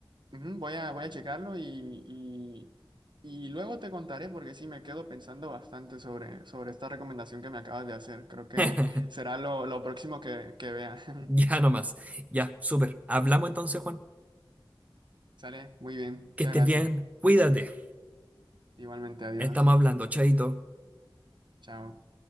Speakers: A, on the right; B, on the right.
A: Ujú, Voy a, voy a checarlo y, y- y luego te contaré porque sí me quedo pensando bastante sobre, sobre esta recomendación que me acabas de hacer. Creo que
B: <laughs>
A: será lo, lo próximo que, que vea. <laughs>
B: Ya nomás. Ya, súper. Hablamos entonces, Juan.
A: Sale, muy bien, muchas
B: Que estés
A: gracias.
B: bien. Cuídate.
A: Igualmente, adiós.
B: Estamos hablando, chaito.
A: Chao.